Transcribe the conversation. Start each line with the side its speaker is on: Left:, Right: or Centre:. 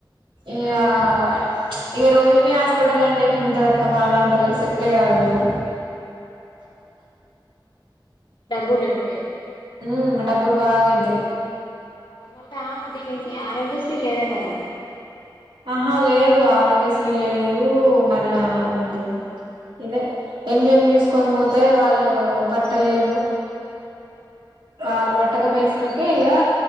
Right: ఇగ వట్ ఇగ రోహిణి హాస్పిటల్ అంటే ఎట్లుంటంది అక్క మన లాంటోళ్ళకి సెట్టే కాదు అది
Left: డబ్బులెక్కువైతయి
Right: ఉమ్ డబ్బుల్ బాగయితయి
Left: అంటే ఆ దీనికి ఆరోగ్యశ్రీ లేదటగా
Right: అహా లేదు ఆరోగ్యశ్రీ లేదు మన ఏంటిది ఇదే ఎంజీమ్ తీసుకొని పోతే వాళ్ళు పట్టలేదు వాల్పట్టగా పేసరికి ఇగా